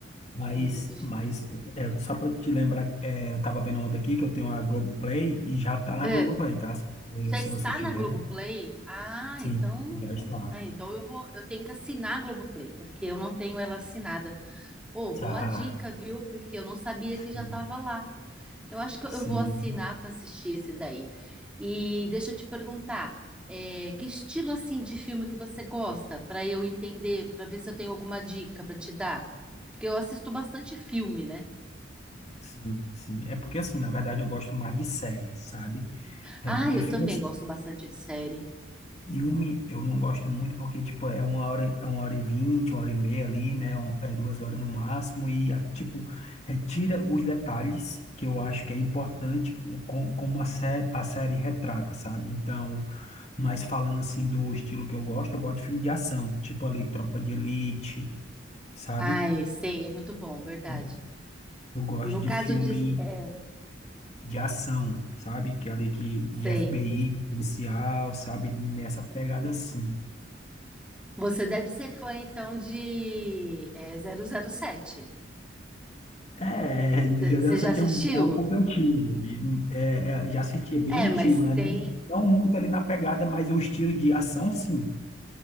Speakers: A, on the left; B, in the centre.
A: Mas,
B: É, digi-
A: mas é, só para te lembrar, é, eu tava vendo ontem aqui que eu tenho a Globoplay e já tá na
B: É,
A: Globoplay, tá? Se,
B: já
A: se
B: está
A: você tiver,
B: na Globoplay? Ah,
A: sim,
B: então,
A: já está.
B: ah, então eu vou, eu tenho que assinar a Globoplay, porque eu não tenho ela assinada. Ô, boa
A: Tá,
B: dica, viu? Porque eu não sabia
A: Sim.
B: que já estava lá. Eu acho que eu
A: sim.
B: vou assinar para assistir esse daí. E deixa eu te perguntar, é, que estilo assim de filme que você gosta, para eu entender, para ver se eu tenho alguma dica para te dar? Porque eu assisto bastante filme, né?
A: Sim, sim. É porque, assim, na verdade eu gosto mais de série, sabe? É
B: Ah,
A: porque
B: eu
A: filme,
B: também
A: assim,
B: gosto bastante de série.
A: filme eu não gosto muito porque, tipo, é uma hora, é uma hora e vinte, uma hora e meia ali, né? É duas horas no máximo e, a- tipo, retira os detalhes que eu acho que é importante o, com- como a série, a série retrata, sabe? Então, mas falando, assim, do estilo que eu gosto, eu gosto de filme de ação, tipo ali, Tropa de Elite, sabe?
B: Ai, sei, é muito bom, verdade.
A: Eu eu gosto
B: No
A: de
B: caso
A: filme
B: de, é,
A: de ação, sabe? Que é ali que
B: sei.
A: de FBI, de policial, sabe? Nessa pegada assim.
B: Você deve ser fã então de é, zero zero sete.
A: É, 007
B: Você já assistiu?
A: é um, é um pouco antigo. E, é, é, já assisti, é bem
B: É,
A: antigo,
B: mas
A: né?
B: tem.
A: Não, não muito ali na pegada, mas o estilo de ação, sim.